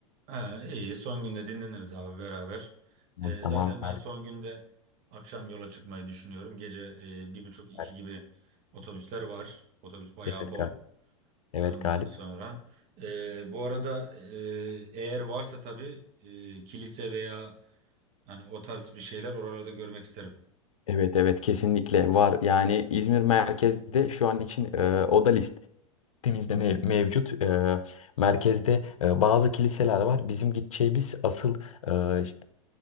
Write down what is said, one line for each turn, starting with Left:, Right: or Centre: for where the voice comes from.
Right: Ha, iyi. Son günde dinleniriz abi beraber.
Left: Tamam
Right: Ee,
Left: tamam
Right: zaten ben
Left: Galip.
Right: son günde akşam yola çıkmayı düşünüyorum. Gece e, bir buçuk iki
Left: Galip.
Right: gibi otobüsler var. Otobüs bayağı
Left: Evet
Right: bol.
Left: Galip. Evet,
Right: Ondan
Left: Galip.
Right: sonra e, bu arada e, eğer varsa tabii e, kilise veya hani o tarz bir şeyler oralarda görmek isterim.
Left: Evet evet kesinlikle var. Yani İzmir merkezde şu an için e, o da listemizde mev- mevcut. E, merkezde e, bazı kiliseler var. Bizim gideceğimiz asıl e, ş-